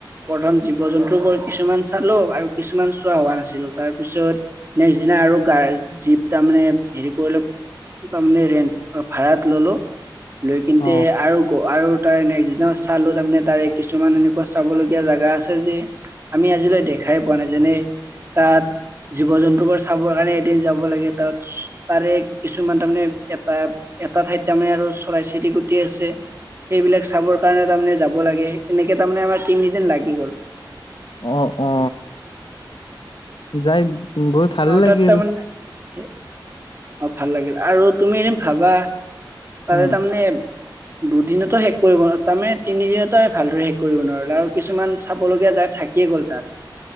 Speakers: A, on the right (about 30°); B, on the left (about 80°).
A: প্ৰথম জীৱ জন্তু বোৰ কিছুমান চালো আৰু কিছুমান চোৱা হোৱা নাছিলো তাৰপিছত নেক্সট দিনা আৰু গাৰ্দ জীপ তাৰমানে হেৰি কৰি ল তাৰমানে ৰেন্ট ভাড়াত ললো লৈ কিন্তে
B: অ',
A: আৰু ক আৰু তাৰ নেক্স দিনা চালো তাৰমানে তাৰে কিছুমান এনেকুৱা চাব লগীয়া জেগা আছে যে আমি আজিলৈ দেখাই পোৱা নাই যেনে তাত জীৱ জন্তু বোৰ চাবৰ কাৰণে এদিন যাব লাগে। তাত তাৰে কিছুমান তাৰমানে এটা এটা ঠাইত তাৰমানে আৰু চৰাই চিৰি গুটি আছে সেইবিলাক চাবৰ কাৰণে তাৰমানে যাব লাগে এনেকে তাৰমানে আমাৰ তিনিদিন লাগি গ'ল।
B: অ অ যাই গৈ ভাল
A: অ
B: লাগিল
A: তাত তাৰমানে অ ভাল লাগিল আৰু তুমি এনে ভাবা <unintelligible> তাৰমানে
B: উম
A: দূদিনটো শেষ কৰিব ন তাৰমানে তিনিদিনত ভালদৰে শেষ কৰিব নোৱাৰো আৰু কিছুমান চাব লগীয়া জেগা থাক কি গল তাত।